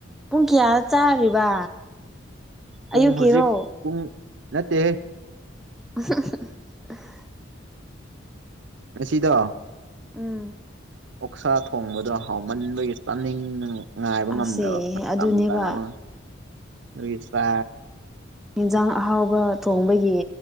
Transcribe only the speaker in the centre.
ꯄꯨꯡ ꯀꯌꯥ ꯆꯥꯔꯤꯕ
ꯑꯌꯨꯛꯀꯤꯔꯣ
<unintelligible>
ꯎꯝ
ꯑꯁꯦ
ꯑꯗꯨꯅꯦꯕ
ꯏꯟꯖꯥꯡ ꯑꯍꯥꯎꯕ ꯊꯣꯡꯕꯒꯤ